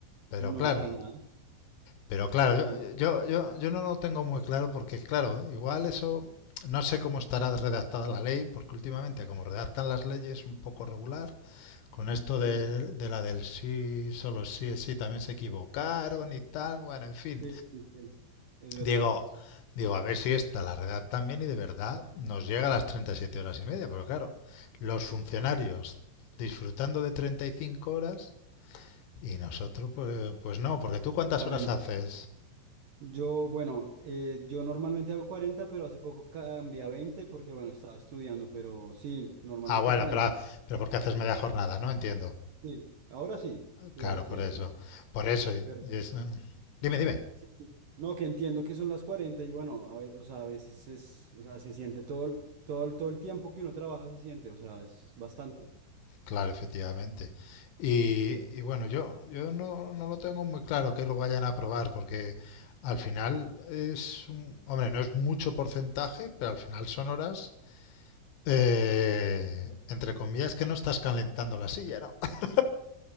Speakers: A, on the left; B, on the right.
A: pero
B: No,
A: claro.
B: para nada,
A: Pero claro,
B: para nada.
A: yo, yo, yo, yo no lo tengo muy claro porque, claro, igual eso no sé cómo estará redactada la ley, porque últimamente como redactan las leyes un poco regular, con esto de,
B: Sí.
A: de la del sí, solo sí es sí, también se equivocaron y tal, bueno, en fin.
B: Sí, sí, sí, es verdad,
A: Digo, digo, a ver si esta la redactan bien y de verdad nos llega a las 37 horas y media, pero claro, los funcionarios disfrutando de 35 horas y nosotros pues, pues no, porque tú cuántas
B: Cuarenta.
A: horas haces
B: Yo, bueno, eh, yo normalmente hago 40, pero hace poco cambié a 20 porque, bueno, estaba estudiando, pero sí, normalmente
A: Ah, bueno,
B: 40.
A: pero, pero porque haces media jornada, ¿no? Entiendo.
B: Sí, ahora sí, sí,
A: Claro,
B: ahora sí,
A: por
B: ahora
A: eso.
B: sí,
A: Por eso. y-
B: pero sí.
A: y es, mm, dime, dime.
B: sí, sí. No, que entiendo que son las 40 y bueno, a ve- o sea, a veces es, o sea, se siente todo, el- todo, el- todo el tiempo que uno trabaja se siente, o sea, es bastante.
A: Claro, efectivamente. Y, y bueno, yo, yo no, no lo tengo muy claro que lo vayan a aprobar, porque al final es un... Hombre, no es mucho porcentaje, pero al final son horas, eh, entre comillas, que no estás calentando la silla, ¿no? <laughs>